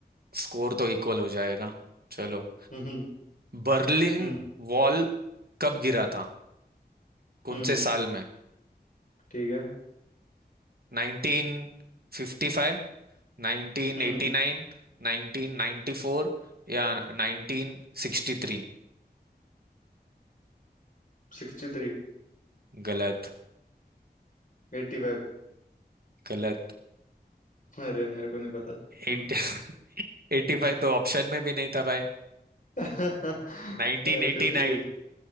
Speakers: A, on the right; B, on the left.
A: स्कोर तो इक्वल हो जाएगा चलो
B: हम्म हम्म
A: बर्लिन
B: हम्म
A: वॉल कब गिरा था कौन
B: हम्म,
A: से साल में
B: ठीक है
A: 1955 1989
B: हम्म
A: 1994 या 1963
B: Sixty three
A: गलत
B: Eighty five
A: गलत
B: अरे मेरे को नहीं पता हम्म
A: एट <laughs> 85 तो ऑप्शन में भी नहीं था भाई
B: <laughs>
A: 1989
B: Fifty eight